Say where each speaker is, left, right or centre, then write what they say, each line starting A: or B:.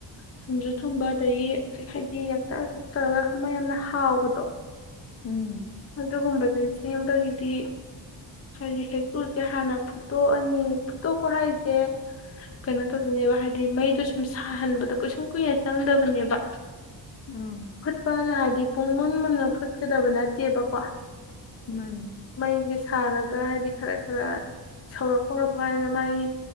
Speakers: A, on the left (about 35°); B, on the left (about 60°).
A: ꯊꯨꯝꯁꯨ ꯊꯨꯝꯕ ꯑꯗꯒꯤ ꯍꯥꯏꯗꯤ ꯌꯥꯆꯛꯛꯆꯆꯔꯒ ꯌꯥꯝꯅ ꯍꯥꯎꯕꯗꯣ
B: ꯎꯝ
A: ꯑꯗꯨꯒꯨꯝꯕꯁ ꯁꯦꯝꯕꯒꯤꯗꯤ ꯍꯥꯏꯗꯤ ꯍꯦꯛꯇꯨꯁꯦ ꯍꯥꯟꯅ ꯐꯨꯠꯇꯣꯛꯑꯅꯤ ꯐꯨꯠꯇꯣꯛꯄ ꯍꯥꯏꯁꯦ ꯀꯩꯅꯣ ꯇꯧꯗꯣꯏꯅꯦꯕ ꯍꯥꯏꯗꯤ ꯃꯩꯗꯣ ꯁꯨꯝ ꯁꯥꯍꯟꯕꯗꯣ ꯀꯨꯏꯁꯨꯝ ꯀꯨꯏꯅ ꯆꯪꯗꯕꯅꯦꯕ
B: ꯑꯥ
A: ꯐꯨꯠꯄꯜ ꯍꯥꯏꯦ ꯗꯤ ꯄꯨꯡ ꯃꯟ ꯃꯟꯅ ꯐꯨꯠꯀꯗꯕꯅꯦ ꯠꯇꯦꯕꯀꯣ ꯑ
B: ꯃꯥꯅꯤ
A: ꯃꯒꯤ ꯁꯥꯔꯒ ꯍꯥꯏꯗꯤ ꯈꯔ ꯈꯔ ꯁꯧꯔꯛꯄ ꯍꯧꯔꯛꯄ ꯀꯥꯟꯁꯤꯗ ꯃꯥꯒꯤ